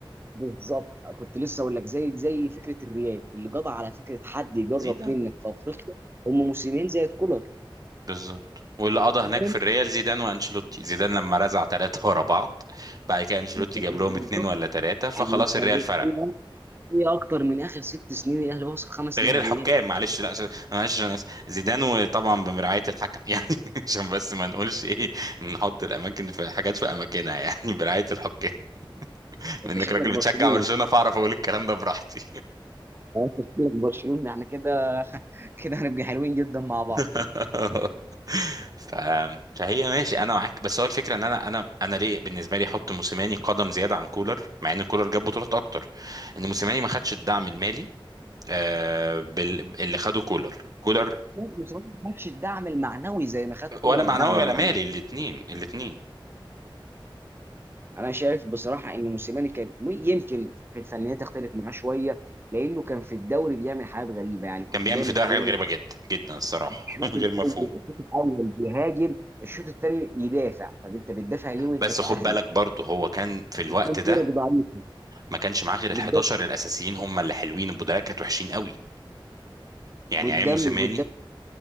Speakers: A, on the right; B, on the right.
A: بالظبط كنت لسه اقول لك زي زي فكره الريال اللي قضى على فكره حد يجرب
B: زيدان
A: منك في افريقيا هم موسمين زي كولر
B: بالظبط واللي
A: انت
B: قضى هناك
A: فاهم
B: في الريال زيدان وانشيلوتي زيدان لما رزع ثلاثة ورا بعض بعد كده انشيلوتي
A: أنت فاهم
B: جاب لهم
A: بالظبط
B: اتنين ولا ثلاثة فخلاص
A: يعني انت
B: الريال فرق
A: ايه إيه اكتر من اخر ست سنين الاهلي وصل خمس
B: ده غير
A: نهائيات
B: الحكام معلش لا س- انا معلش انا اسف زيدان وطبعا بمرعاية الحكم <laughs> يعني عشان بس ما نقولش ايه نحط الاماكن في حاجات في اماكنها يعني برعاية الحكام <laughs>
A: انت
B: بانك
A: شكلك
B: راجل
A: برشلوني
B: بتشجع برشلونة فاعرف اقول الكلام ده براحتي
A: انت شكلك برشلوني احنا كده كده هنبقى حلوين جدا مع بعض
B: <laughs> ف... فهي ماشي انا معاك بس هو الفكره ان انا انا انا ليه بالنسبه لي احط موسيماني قدم زياده عن كولر مع ان كولر جاب بطولات اكتر ان موسيماني ما خدش الدعم المالي آه بال... اللي خده كولر كولر
A: بس هو ما خدش الدعم المعنوي زي ما خد كولر
B: ولا معنوي
A: الدعم
B: ولا
A: المعنوي
B: مالي الاثنين الاثنين
A: انا شايف بصراحه ان موسيماني كان م- يمكن في الفنيات تختلف معاه شويه لانه كان في الدوري بيعمل حاجات غريبه يعني كنت
B: كان بيعمل
A: دايما
B: في الدوري
A: تلاقي
B: حاجات غريبه جدا جدا الصراحه
A: الشوط
B: <laughs> غير
A: الاول
B: مفهوم
A: الشوط الاول بيهاجم الشوط الثاني يدافع طب انت بتدافع ليه وانت
B: بس
A: كاهلي
B: خد بالك برضه هو كان في الوقت
A: قدام
B: ده
A: فرق ضعيف
B: ما كانش معاه غير ال
A: قدام
B: 11 الاساسيين هم اللي حلوين البدلاء كانت وحشين قوي يعني
A: قدام
B: عين موسيماني
A: قدام